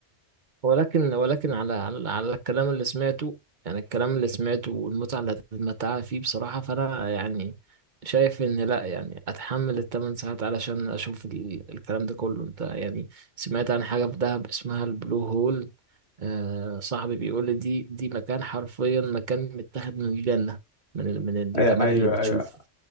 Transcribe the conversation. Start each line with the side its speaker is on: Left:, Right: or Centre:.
Right: ولكن ولكن على على على الكلام اللي سمعته يعني الكلام اللي سمعته والمتعة اللي هتتمتعها فيه بصراحة فأنا يعني شايف إن لأ يعني أتحمل الثمان ساعات علشان أشوف ال- الكلام ده كله أنت يعني سمعت عن حاجة في دهب اسمها البلو هول آه صاحبي بيقول لي دي دي مكان حرفيا مكان متاخد من الجنة من ال- من
Left: أي-
Right: الجمال
Left: ايوه
Right: اللي بتشوفه
Left: ايوه